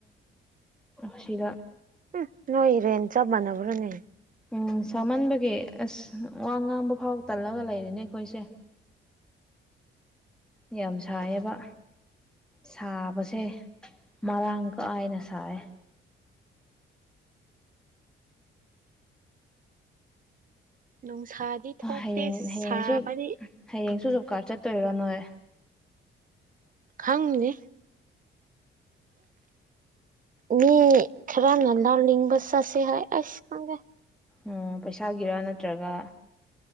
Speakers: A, in the centre; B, on the right.
A: ꯁꯤꯗ
B: ꯎ ꯅꯣꯏ ꯔꯦꯜ ꯆꯞ ꯃꯥꯟꯅꯕꯔꯅꯦ
A: ꯎꯝ ꯁꯥꯃꯟꯕꯒꯤ ꯑꯁ ꯋꯥ ꯉꯥꯡꯕ ꯐꯥꯎ ꯇꯜꯂꯒ ꯂꯩꯔꯦꯅꯦ ꯑꯩꯈꯣꯏꯁꯦ ꯌꯥꯝ ꯁꯥꯏꯌꯦꯕ ꯁꯥꯕꯁꯦ ꯃꯔꯥꯡ ꯀꯥꯥꯏꯅ ꯁꯥꯏꯌꯦ
B: <unintelligible> ꯊꯣꯛꯇꯦ
A: ꯍꯌꯦꯡ ꯍꯌꯦꯡꯁꯨ
B: ꯁꯥꯕꯗꯤ
A: ꯍꯌꯦꯡꯁꯨ ꯀꯂꯥꯁ ꯆꯠꯇꯣꯏꯔꯣ ꯅꯣꯏ
B: ꯈꯪꯉꯤꯅꯦ ꯃꯤ ꯈꯔ ꯅ ꯅꯜ ꯂꯤꯡꯕ ꯆꯁꯤ ꯍꯥꯏ ꯑꯁ ꯈꯪꯗꯦ
A: ꯎ ꯄꯩꯁꯥꯒꯤꯔꯥ ꯅꯠꯇ꯭ꯔꯒ